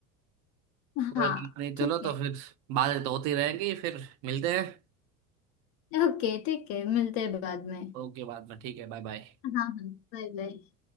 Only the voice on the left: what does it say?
हाँ
ठीक है
ओके ठीक है मिलते हैं बाद में
हाँ हाँ बाय बाय